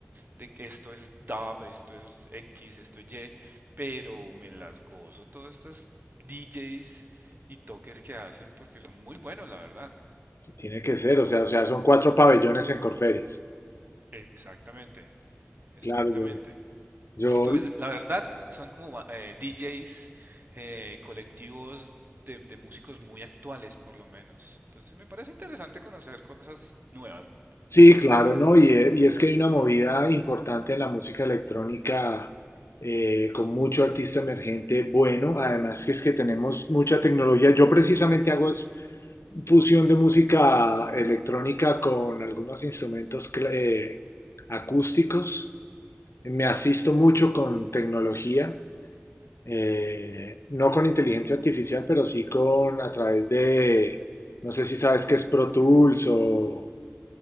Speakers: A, on the right; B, on the left.
A: de que esto es dub, esto es X, esto es Y, pero me las gozo todas estas DJs y toques que hacen porque son muy buenos, la verdad.
B: tiene que ser, o sea, o sea, son cuatro pabellones en Corferias.
A: Exactamente, exactamente.
B: Claro, yo, yo
A: Y pues la verdad son como eh, DJs eh, colectivos de, de músicos muy actuales, por lo menos. Entonces me parece interesante conocer cosas nuevas, du-
B: Sí,
A: diferentes.
B: claro, ¿no? Y, e- y es que hay una movida importante en la música electrónica eh, con mucho artista emergente bueno, además que es que tenemos mucha tecnología. Yo precisamente hago es fusión de música electrónica con algunos instrumentos cl- eh, acústicos. Me asisto mucho con tecnología, eh, no con inteligencia artificial, pero sí con a través de, no sé si sabes qué es Pro Tools o